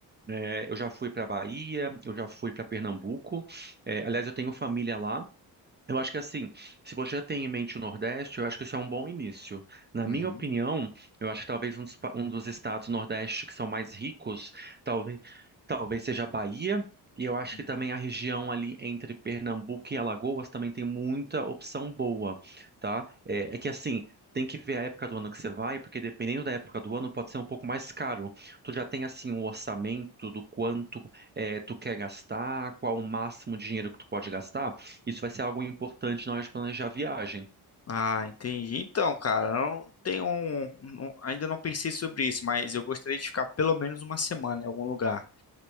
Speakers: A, on the right; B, on the left.
A: É, eu já fui para Bahia, eu já fui para Pernambuco. É, aliás, eu tenho família lá. Eu acho que assim, se você já tem em mente o Nordeste, eu acho que isso é um bom início. Na
B: Uhum.
A: minha opinião, eu acho que talvez um dos, pa- um dos estados Nordeste que são mais ricos, talvez, talvez seja a Bahia, e eu acho
B: Hum.
A: que também a região ali entre Pernambuco e Alagoas também tem muita opção boa, tá? É, é que assim, tem que ver a época do ano que você vai, porque dependendo da época do ano pode ser um pouco mais caro. Tu já tem assim um orçamento do quanto é, tu quer gastar, qual o máximo de dinheiro que tu pode gastar? Isso vai ser algo importante na hora de planejar a viagem.
B: Ah, entendi. Então, cara, eu não tenho um, um- ainda não pensei sobre isso, mas eu gostaria de ficar pelo menos uma semana em algum lugar.